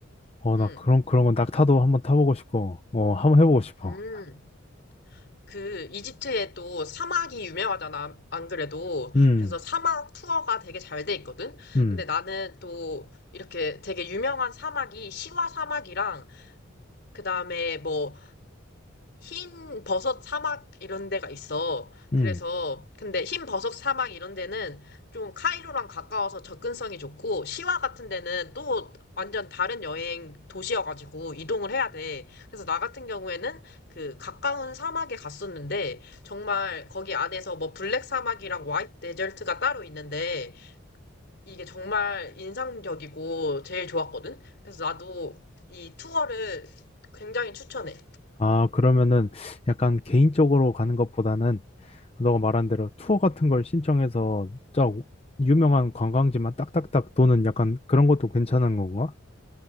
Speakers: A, on the left; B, on the left.
A: 어,
B: 응.
A: 나 그런, 그런 건 낙타도 한번 타보고 싶고, 어, 한번 해보고 싶어.
B: 음. 그 이집트에 또 사막이 유명하잖아, 안 그래도.
A: 음,
B: 그래서 사막 투어가 되게 잘 돼 있거든.
A: 음,
B: 근데 나는 또 이렇게 되게 유명한 사막이 시와 사막이랑 그다음에 뭐 흰 버섯 사막 이런 데가 있어.
A: 음.
B: 그래서, 근데 흰 버섯 사막 이런 데는 좀 카이로랑 가까워서 접근성이 좋고, 시와 같은 데는 또 완전 다른 여행 도시여가지고 이동을 해야 돼. 그래서 나 같은 경우에는 그 가까운 사막에 갔었는데, 정말 거기 안에서 뭐 블랙 사막이랑 화이트 데절트가 따로 있는데, 이게 정말 인상적이고 제일 좋았거든? 그래서 나도 이 투어를 굉장히 추천해.
A: 아, 그러면은 약간 개인적으로 가는 것보다는 너가 말한 대로 투어 같은 걸 신청해서 쫙 유명한 관광지만 딱딱딱 도는 약간 그런 것도 괜찮은 건가?